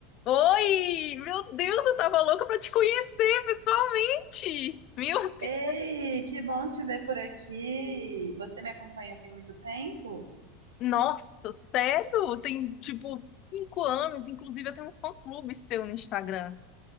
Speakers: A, on the left; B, on the right.
A: Oi! Meu Deus, eu tava louca pra te conhecer pessoalmente! Meu Deus!
B: Ei, que bom te ver por aqui. Você me acompanha tem muito tempo?
A: Nossa, sério? Tem tipo cinco anos, inclusive eu tenho um fã-clube seu no Instagram.